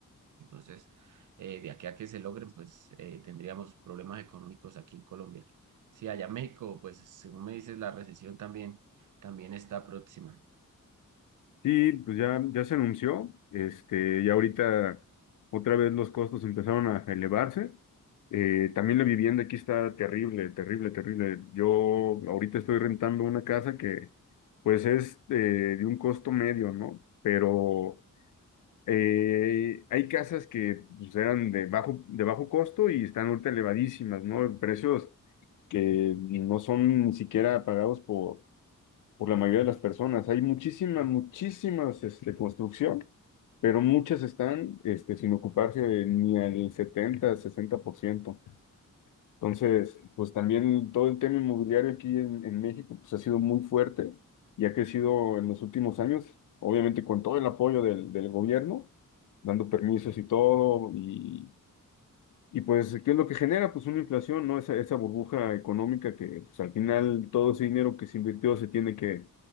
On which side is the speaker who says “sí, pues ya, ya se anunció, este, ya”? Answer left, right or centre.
Left